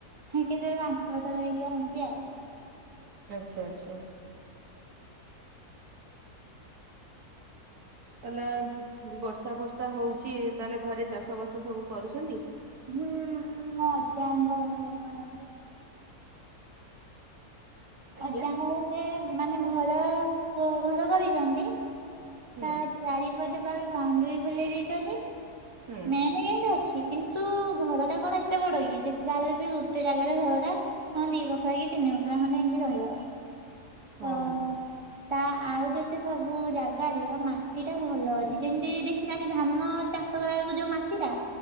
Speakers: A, on the right (about 20°); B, on the right (about 75°).
A: କେତେବେଳେ ପାଞ୍ଚ ଛଅ ଥର ହେଇଯିବ ଏମିତି ଆଉ
B: ଆଚ୍ଛା ଆଚ୍ଛା। ତାହେଲେ ବର୍ଷା ଫର୍ଷା ହଉଛି ତାହେଲେ ଘରେ ଚାଷ ବାସ ସବୁ କରୁଛନ୍ତି?
A: ହୁଁ ମୋ ଅଜ୍ୟାଙ୍ଗ ଘରେ ଘର <unintelligible>
B: ଆଜ୍ଞା।
A: ଅଜାଙ୍କ ଘର ମାନେ ଘର ଘର କରିଛନ୍ତି।
B: ହୁଁ
A: ତା ଚାରିପଟେ ପା ବାଉଣ୍ଡରି ବୁଲେଇ ଦେଇଛନ୍ତି।
B: ହୁଁ
A: ମେନ୍ ଗେଟ୍ ଅଛି କିନ୍ତୁ ଘରଟା କଣ ଏତେ ବଡ଼ କି ଯେତେ ତାହେଲେ ବି ଗୋଟେ ଜାଗାରେ ଘର ହଁ ଦି ବଖରା କି ତିନି ବଖରା ଖଣ୍ଡେ ଏମତି ରହିବ
B: ହଁ
A: ତ ତା ଆଉ ଯେତେ ସବୁ ଜାଗାରେ ମାଟିଟା ଭଲ ଅଛି ଯେମିତି ଦେଖିଥାନ୍ତି ଧାନ ଚା ଯଉ ମାଟିଟା